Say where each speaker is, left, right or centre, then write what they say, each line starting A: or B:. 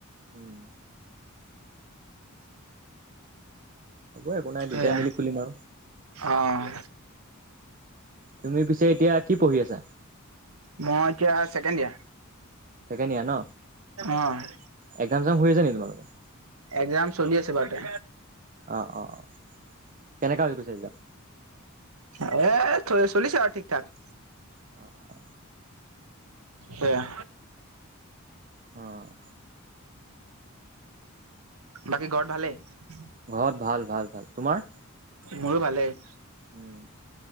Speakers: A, on the right; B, on the right.
A: উম। হ'ব একো নাই।
B: সেয়া
A: দুটাই মেলি খুলিম আৰু।
B: অ',
A: তুমি পিছে এতিয়া কি পঢ়ি আছা?
B: মই এতিয়া ছেকেণ্ড ইয়াৰ।
A: ছেকেণ্ড ইয়েৰ ন?
B: অ'।
A: এক্সাম চেক্সাম হৈ আছে নেকি তোমালোকৰ?
B: একজাম চলি আছে বাৰু তে
A: অ' অ' অ', কেনেকা হৈ গৈছে একজাম?
B: এ, চলি চলিছে আৰু ঠিক ঠাক।
A: অ' অ'।
B: সেয়া
A: অ'।
B: বাকী ঘৰত ভালেই?
A: ঘৰত ভাল ভাল ভাল। তোমাৰ?
B: মোৰো ভালেই।
A: উম।